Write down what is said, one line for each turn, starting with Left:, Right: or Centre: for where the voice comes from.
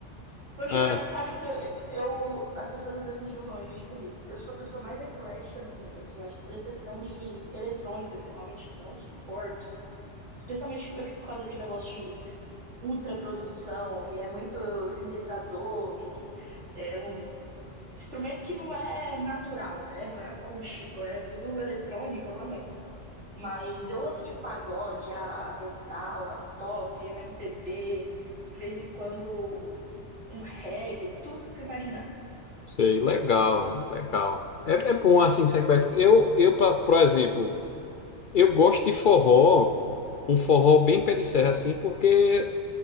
Right: Poxa,
Left: Ah.
Right: mas você sabe que eu, eu- as pessoas às vezes julgam a gente por isso. Eu sou a pessoa mais eclética do mundo, assim, eu acho que por exceção de eletrônica, que eu realmente não suporto. Especialmente por por causa daquele negócio de ultra produção e é muito sintetizador e é uns instrumento que não é natural, né? Não é acústico, é tudo eletrônico, eu não aguento. Mas eu ouço de pagode, a metal, a pop, o MPB, de vez em quando um reggae, tudo que tu imaginar.
Left: Sei, legal, hein? legal. É, é bom assim ser eclético. Eu, eu pra- por exemplo, eu gosto de forró, um forró bem pé de serra assim, porque